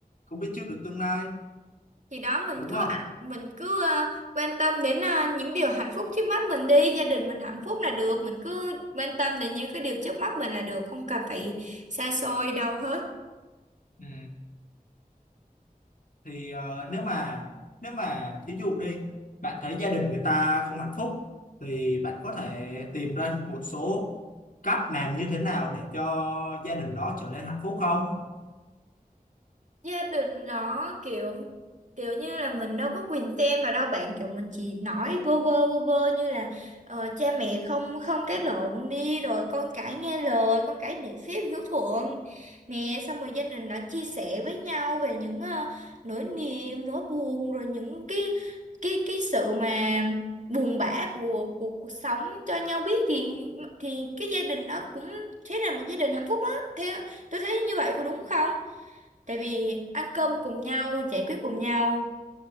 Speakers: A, on the left (about 65°); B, on the right (about 55°).
A: không biết trước được tương lai
B: thì đó mình
A: đúng
B: cứ
A: không
B: mình cứ ờ, quan tâm đến ờ, những điều hạnh phúc trước mắt mình đi gia đình mình hạnh phúc là được mình cứ quan tâm đến những cái điều trước mắt mình là được không cần phải xa xôi đâu hết
A: ừ. thì ờ, nếu mà nếu mà thí dụ đi bạn thấy gia đình người ta không hạnh phúc thì bạn có thể tìm ra một số cách làm như thế nào để cho gia đình đó trở nên hạnh phúc không
B: gia đình đó kiểu kiểu như là mình đâu có quyền xem vào đâu bạn kiểu mình chỉ nói vô vơ vô vơ như là ờ, cha mẹ không không cãi lộn đi rồi con cái nghe lời con cái nể phép hiếu thuận nè xong rồi gia đình đã chia sẻ với nhau về những ờ, nỗi niềm nỗi buồn rồi những cái cái cái sự mà buồn bã của của cuộc sống cho nhau biết thì thì cái gia đình đó cũng thế là một gia đình hạnh phúc á theo tôi thấy như vậy có đúng không tại vì ăn cơm cùng nhau giải quyết cùng nhau